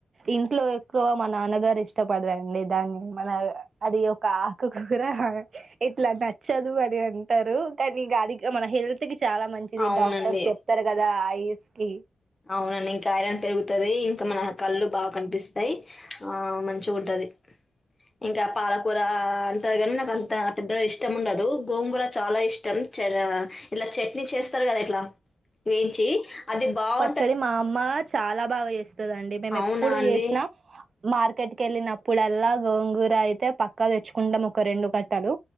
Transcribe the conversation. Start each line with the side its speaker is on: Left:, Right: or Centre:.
Right: ఇంట్లో ఎక్కువ మా నాన్నగారు ఇష్టపడదండి దాన్ని మన అది ఒక ఆకుకూర ఇట్లా నచ్చదు అది అంటారు కానీ ఇంకా అది మన హెల్త్ కి చాలా మంచిది
Left: అవునండి.
Right: డాక్టర్స్ చెప్తారు కదా ఐఎస్ కి
Left: అవునండి ఇంకా ఐరన్ పెరుగుతుంది ఇంకా మన కళ్ళు బాగా కనిపిస్తాయి ఆ మంచి ఉంటది ఇంకా పాలకూర అ కాని నాకు అంత అద్ద ఇష్టం ఉండదు గోంగూర చాలా ఇష్టం ఇలా చట్నీ చేస్తారు కద ఇట్లా వేయించి అది బాగు
Right: స మా అమ్మ చాలా బాగా చేస్తుందిండి మేము
Left: అవునా
Right: ఎప్పుడు
Left: అండి
Right: చేసిన మార్కెట్కి వెళ్ళినప్పుడల్లా గోంగూర అయితే పక్కా తెచ్చుకుంటాం ఒక రెండు కట్టలు